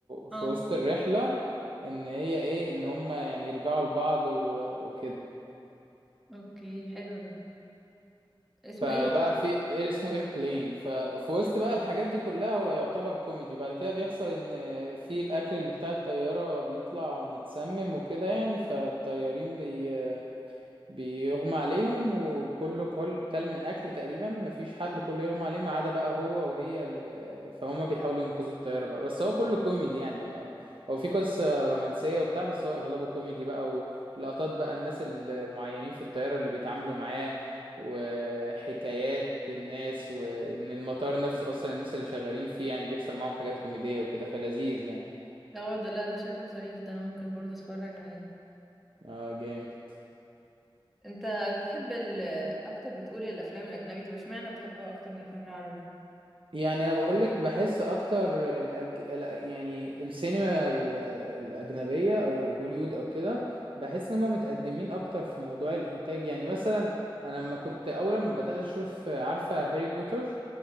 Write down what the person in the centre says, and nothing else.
اه
اوكي حلو ده اسمه
ايه قلت؟
اسمه
ايه
اه ده لا ده شكله ظريف ده انا ممكن برضه اتفرج عليه
انت بتحب ال... اكتر بتقول الافلام الاجنبي طب اشمعنى بتحبها اكتر من الافلام العربي